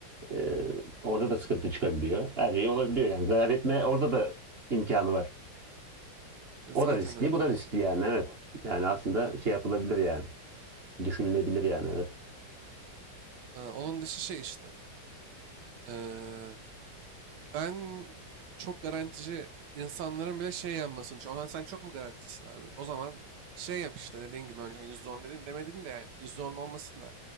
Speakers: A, on the right; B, on the right.
A: Eee, orada da sıkıntı çıkabiliyor. Her şey olabiliyor, yani. Zarar etme orada da imkanı var.
B: E, zaten
A: O da riskli,
B: öyle
A: bu
B: ya.
A: da riskli yani evet. Yani aslında şey yapılabilir yani. Düşünülebilir yani evet.
B: E, onun dışı şey işte. E, Ben çok garantici insanların bile şey yanmasını düşünüyorum. Ohan sen çok mu garantisin abi? O zaman şey yap işte dediğin gibi önceden %10 dedin demedin de yani %10 olmasın da.